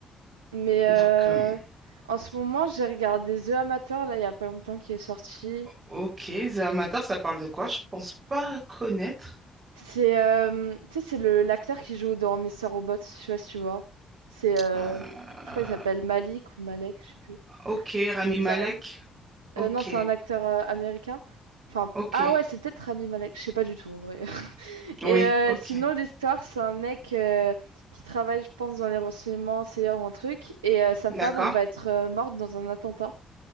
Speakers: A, on the right (about 80°); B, on the right (about 35°).
A: Mais euh,
B: Donc euh,
A: en ce moment, j'ai regardé The Amateur, là, il y a pas longtemps, qui est sorti.
B: Ok, The Amateur, ça parle de quoi? Je pense pas connaître.
A: C'est euh, tu sais, c'est le l'acteur qui joue dans Mister Robot, je sais pas si tu vois. C'est, euh,
B: Euh,
A: je crois qu'il s'appelle Malik ou Malek, je sais plus.
B: ok, Rami
A: C'est
B: Malek.
A: un-
B: Ok,
A: euh, non, c'est un acteur euh, américain. Enfin, p-
B: ok.
A: ah ouais, c'est peut-être Rami Malek, je sais pas du tout en vrai. <laughs>
B: Oui,
A: Et euh,
B: ok.
A: sinon, l'histoire, c'est un mec euh, qui travaille, je pense, dans les renseignements, c'est un truc, et euh, sa
B: D'accord,
A: femme, elle va être euh, morte dans un attentat.